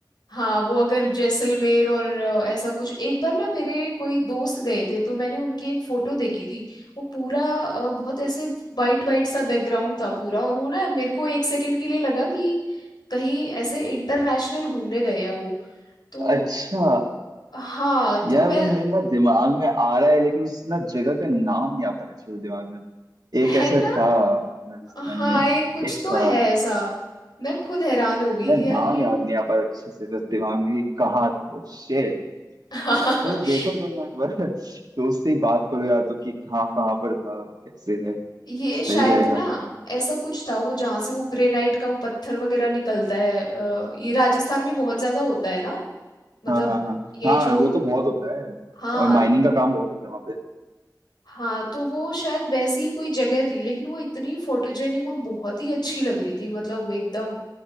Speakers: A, on the left (about 75°); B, on the right (about 65°).
A: हाँ वो अगर जैसलमेर और अ, ऐसा कुछ एक बार ना मेरे कोई दोस्त गए थे तो मैंने उनकी एक फोटो देखी थी वो पूरा अ, बहुत ऐसे वाइट वाइट सा बैकग्राउंड था पूरा और वो ना मेरे को एक सेकंड के लिए लगा कि कहीं ऐसे इंटरनेशनल घूमने गए हैं वो तो
B: अच्छा
A: हाँ
B: यार
A: तो मैं
B: वो मेरे ना दिमाग में आ रहा है लेकिन उस ना जगह का नाम नहीं आ पा रहा अच्छे से दिमाग में एक
A: है
B: ऐसा
A: ना
B: था राजस्थान
A: हाँ
B: में एक
A: एक कुछ तो
B: था
A: है ऐसा मैं खुद हैरान हो गई
B: यार
A: कि
B: नाम
A: यार ये
B: याद नहीं आ पा रहा अच्छे से बस दिमाग में ही कहाँ तो शेट
A: <laughs>
B: तो देखो जो मैं एक बार <laughs> दोस्त से ही बात करो यार तो कि कहाँ कहाँ पर था कैसे है
A: ये
B: सही
A: शायद
B: रहेगा
A: ना ऐसा कुछ था वो जहाँ से वो ग्रेनाइट का वो पत्थर वगैरह निकलता है अ, ये राजस्थान में बहुत ज्यादा होता है ना मतलब
B: हाँ हाँ हाँ
A: ये
B: हाँ
A: जो
B: वो तो बहुत होता है
A: हाँ
B: माइनिंग का काम बहुत होता है वहाँ पे
A: हाँ तो वो शायद वैसी ही कोई जगह थी लेकिन वो इतनी फोटोजेनिक और बहुत ही अच्छी लग रही थी मतलब एकदम